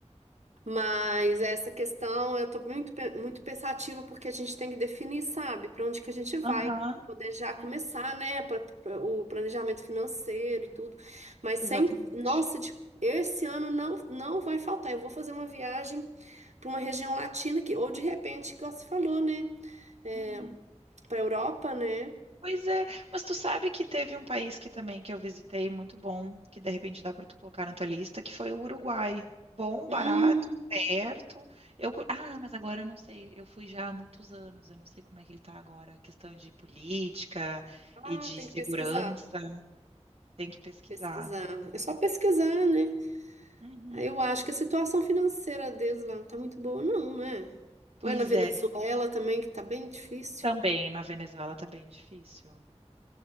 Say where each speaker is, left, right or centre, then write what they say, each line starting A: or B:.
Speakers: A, on the right; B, on the right.
A: Mas essa questão eu tô muito, pe- muito pensativa porque a gente tem que definir, sabe, pra onde que a gente vai,
B: aham.
A: pra poder já começar,
B: Hum,
A: né, pra, pra- o planejamento financeiro e tudo. Mas
B: Exatamente.
A: sem, nossa, de- esse ano não, não vai faltar. Eu vou fazer uma viagem pra uma região latina que, ou de repente, igual você falou, né, é,
B: Uhum.
A: pra Europa, né?
B: Pois é, mas tu sabe que teve um país que também que eu visitei muito bom, que de repente dá para tu colocar na tua lista, que foi o Uruguai. Bom,
A: Hum,
B: barato, perto. Eu, cu- ah, mas agora eu não sei, eu fui já há muitos anos, eu não sei como é que ele tá agora, questão de política
A: ah,
B: e de
A: tem
B: segurança,
A: que pesquisar.
B: tem que pesquisar.
A: Pesquisar. É só pesquisar, né?
B: Uhum.
A: Aí eu acho que a situação financeira deles lá não tá muito boa, não, né?
B: Pois
A: Ou é na Venezuela
B: é,
A: também, que tá bem difícil.
B: também na Venezuela tá bem difícil.